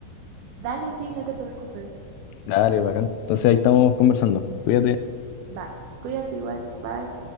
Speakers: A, on the right; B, on the left.
A: Dale, sí, no te preocupes.
B: Dale, bacán. Entonces ahí estamos conversando. Cuídate.
A: Va, cuídate igual, bye.